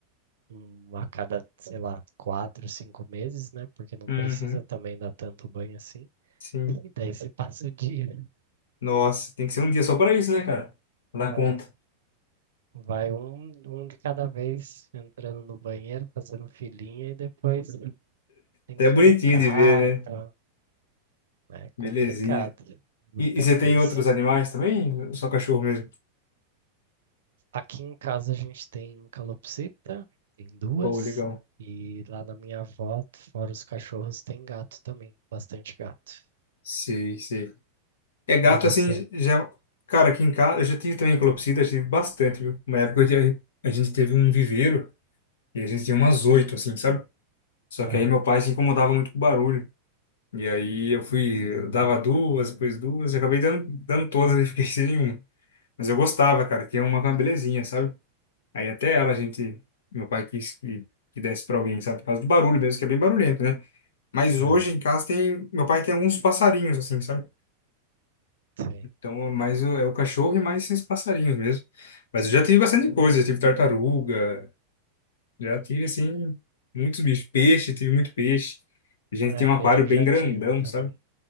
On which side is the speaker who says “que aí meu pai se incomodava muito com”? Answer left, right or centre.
Left